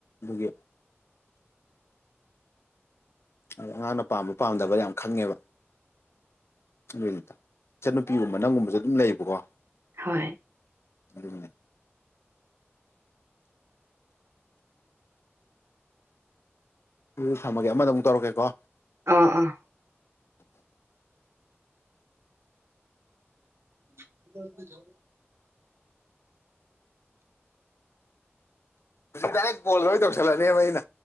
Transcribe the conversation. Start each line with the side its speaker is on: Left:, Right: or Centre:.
Left: ꯗꯨꯒꯤ ꯑꯉꯥꯡꯅ ꯄꯥꯝꯕ ꯄꯥꯝꯗꯕ ꯌꯥꯝ ꯈꯪꯉꯦꯕ ꯑꯗꯨꯏꯅꯤꯗ ꯏꯆꯠꯟꯅꯨꯄꯤꯒꯨꯝꯕ ꯅꯪꯒꯨꯝꯕꯁꯦ ꯑꯗꯨꯝ ꯂꯩꯕꯀꯣ
Right: ꯍꯣꯏ
Left: ꯑꯗꯨꯅꯦ ꯎ ꯊꯝꯃꯒꯦ ꯑꯃꯗ ꯑꯃꯨꯛ ꯇꯧꯔꯛꯀꯦꯀꯣ
Right: ꯑꯥ ꯑꯥ <inaudible>
Left: ꯗꯥꯏꯔꯦꯛ ꯕꯣꯜ ꯂꯣꯏ ꯇꯧꯁꯜꯂꯅꯦꯕ ꯑꯩꯅ